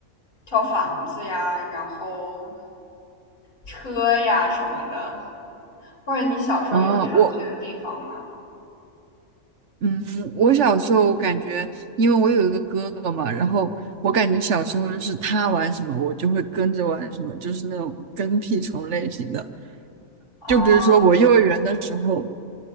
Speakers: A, on the left; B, on the right.
A: 跳房子呀，然后车呀什么的，或者你小时候有常去的地方吗？
B: 哦，我嗯，我小时候感觉，因为我有一个哥哥嘛，然后我感觉小时候就是他玩什么，我就会跟着玩什么，就是那种跟屁虫类型的。
A: 哦，
B: 就比如说我幼儿园的时候，